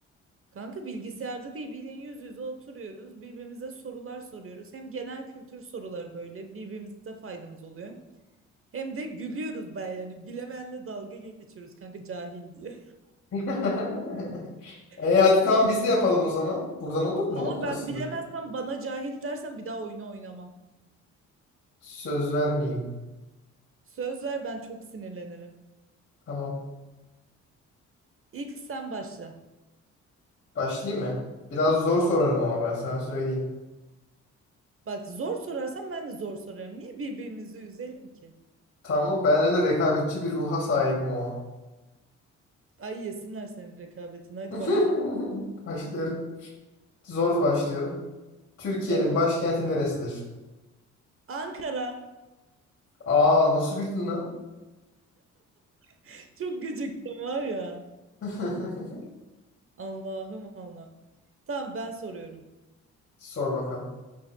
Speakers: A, on the right; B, on the left.
A: Kanka bilgisayarda değil bildiğin yüz yüze oturuyoruz. Birbirimize sorular soruyoruz. Hem genel kültür soruları böyle birbirimize faydamız oluyor. Hem de gülüyoruz ben yani. Bilemeyenle dalga geçiyoruz kanka cahil diye.
B: <laughs> E
A: <laughs>
B: hadi tamam
A: Evet.
B: biz de yapalım o zaman. Buradan olur mu?
A: Ama
B: Olur aslında.
A: ben bilemezsem bana cahil dersen bir daha oyunu oynamam.
B: Söz vermeyeyim.
A: Söz ver ben çok sinirlenirim.
B: Tamam.
A: İlk sen başla.
B: Başlayayım mı? Biraz zor sorarım ama ben sana söyleyeyim.
A: Bak zor sorarsan ben de zor sorarım. Niye birbirimizi üzelim ki?
B: Tamam ben öyle rekabetçi bir ruha sahibim o.
A: Ay yesinler senin rekabetini. Hadi
B: <laughs>
A: başla.
B: Başlıyorum. Zor başlıyorum. Türkiye'nin
A: Evet.
B: başkenti neresidir?
A: Ankara.
B: Aa nasıl bildin lan?
A: <laughs> Çok gıcıktım var ya.
B: <laughs>
A: Allah'ım Allah. Tamam ben soruyorum.
B: Sor bakalım.